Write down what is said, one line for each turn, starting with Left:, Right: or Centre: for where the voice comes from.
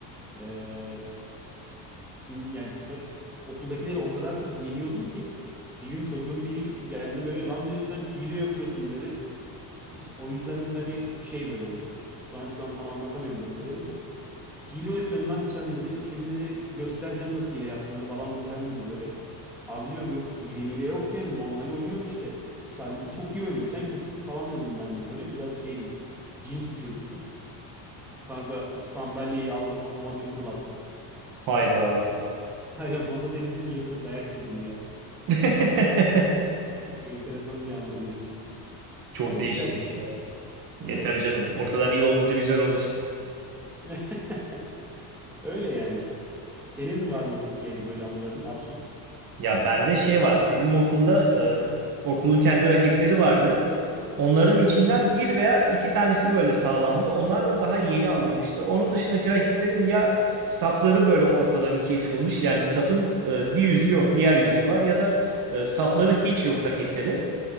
Centre: e, in- yani ta- okuldakileri o kadar çok yeniyordum ki. Bir gün çocuğun biri geldi böyle lan dedi sen hile yapıyorsun dedi. İşte O yüzden de hani şey böyle hani şu an, şu an tam anlatamıyorum cümleleri de. Hile yapıyorsun lan sen dedi. Şimdi de göstereceksin nasıl hile yaptığını falan filan dedi böyle. Abi diyorum yok hile mile yok yani normal oynuyorum işte. Sadece çok iyi oynuyorum. Sen kötüsün falan dedim ben de böyle. Biraz şeydim. Cins bir çocuktum. Kanka sandalyeyi aldı kafama bir fırlattı.
Right: Hayda.
Centre: <laughs> Aynen masa tenisi niyetine dayak yedim ya.
Right: <laughs>
Centre: Çok enteresan bir andı benim için.
Right: Çok
Centre: Ama
Right: değişmiş
Centre: güzeldi.
Right: ya. Ya
Centre: Evet.
Right: tabii canım. O kadar iyi olunca güzel olur.
Centre: <laughs> Öyle yani. Senin var mı peki yani böyle anıların? Absürt
Right: Ya bende şey var. Bizim okulda e, okulun kendi raketleri vardı. Onların içinden bir veya iki tanesi böyle sağlamdı. Onlar da daha yeni alınmıştı. Onun dışındaki raketlerin ya sapları böyle ortadan ikiye kırılmış. Yani sapın e, bir yüzü yok, diğer yüzü var ya da e, sapları
Centre: Ha,
Right: hiç
Centre: klasik.
Right: yok raketlerin.